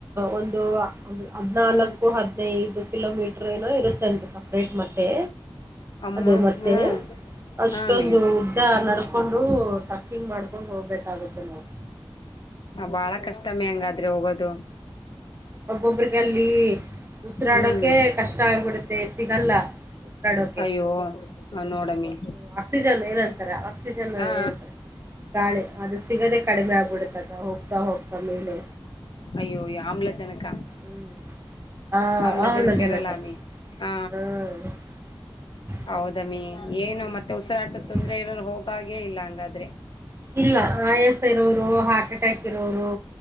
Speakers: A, on the right; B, on the left.
A: ಒಂದು ಹದ್ನಾಲ್ಕು
B: ಹ್ಮ್
A: ಹದ್ನೈದು ಕಿಲೋಮೀಟರ್ ಏನೋ ಇರುತ್ತೆ ಅಂತೆ ಸಪ್ರೇಟ್ ಮತ್ತೆ.
B: ಅಮ್ಮ
A: ಅದು ಮತ್ತೆ
B: ಹ್ಮ್
A: ಅಷ್ಟೊಂದು
B: ಹಾ ಅಮ್ಮಿ
A: ಉದ್ದಾ ನಡ್ಕೊಂಡು ಟ್ರಕ್ಕಿಂಗ್ ಮಾಡ್ಕೊಂಡು ಹೋಗ್ಬೇಕಾಗುತ್ತೆ ನಾವು
B: ಬಾಳ ಕಷ್ಟಮಿ ಹಂಗಾದ್ರೆ ಹೋಗೋದು.
A: ಒಬ್ಬೊಬ್ರಗಲ್ಲಿ ಉಸಿರಾಡೋಕೆ
B: ಹ್ಮ್
A: ಕಷ್ಟ ಆಗ್ಬಿಡುತ್ತೆ ಸಿಗಲ್ಲ. ಉಸಿರಾಡೋಕೆ
B: ಅಯ್ಯೋ ಹ ನೋಡಮ್ಮಿ.
A: ಇದು ಆಕ್ಸಿಜನ್ ಏನಂತಾರೆ ಆಕ್ಸಿಜನ್
B: ಹಾ
A: ಏನಂತಾರೆ. ಗಾಳಿ ಅದು ಸಿಗದೆ ಕಡಿಮೆ ಆಗ್ಬಿಡುತ್ತಕ್ಕ ಹೋಗ್ತಾ ಹೋಗ್ತಾ ಮೇಲೆ.
B: ಅಯ್ಯೋ ಆಮ್ಲ ಜನಕ
A: ಹ್ಮ್ ಆ
B: ಅಮ್ಲಜನಕ
A: ಆ ಆಮ್ಲಜನಕ
B: ಇರಲ್ಲಾ ಅಮ್ಮಿ ಹ
A: ಹ್ಮ್ <inaudible>
B: ಹೌದಮ್ಮಿ
A: ಕಷ್ಟ ಆಗುತ್ತೆ
B: ಏನು ಮತ್ತೆ ಉಸಿರಾಟದ
A: ಹೌದು
B: ತೊಂದ್ರೆ ಇರೋರು ಹೋಗಾಗೆ ಇಲ್ಲ ಹಂಗಾದ್ರೆ.
A: ಇಲ್ಲ ಆಯಾಸ ಇರೋರು ಹಾರ್ಟ್ ಅಟ್ಯಾಕ್ ಇರೋರು